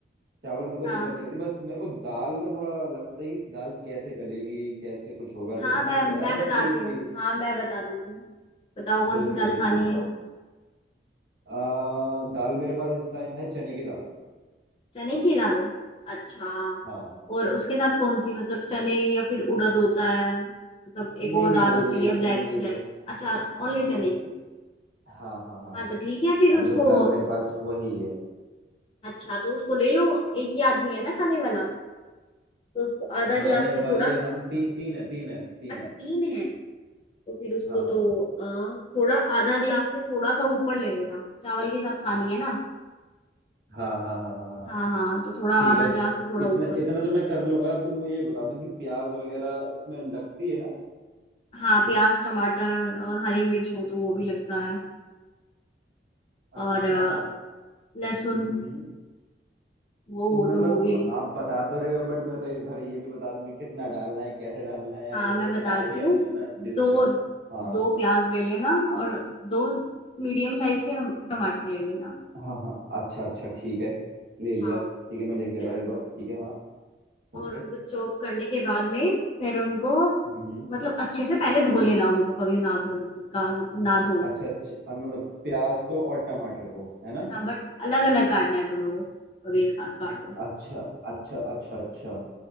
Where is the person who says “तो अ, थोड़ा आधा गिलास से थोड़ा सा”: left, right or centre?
Left